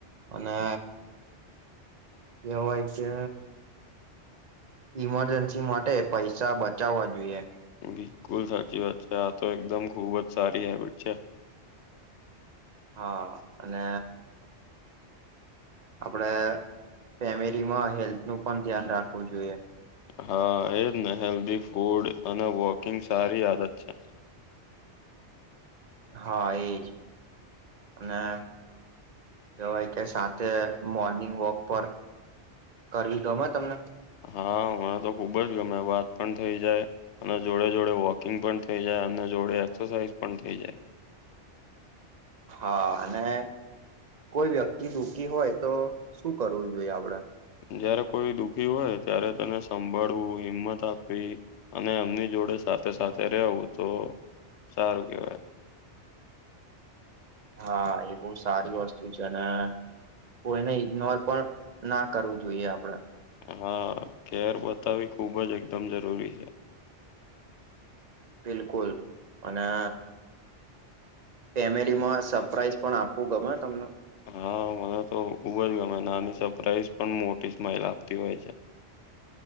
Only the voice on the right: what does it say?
અને કેવાય કે ઈમરજન્સી માટે પૈસા બચાવવા જોઈએ.
હા, અને આપણે ફેમિલીમાં હેલ્થનું પણ ધ્યાન રાખવું જોઈએ.
હા, એજ અને કેવાય કે સાથે મોર્નિંગ વોક પર કરવી ગમે તમને?
હા, અને કોઈ વ્યક્તિ દુઃખી હોય, તો શું કરવું જોઈએ આપડે?
હા એ બહુ સારી વસ્તુ છે ને કોઈને ઈગ્નોર પણ ના કરવું જોઈએ આપડે
બિલકુલ અને ફેમિલીમાં સરપ્રાઈઝ પણ આપવું ગમે તમને?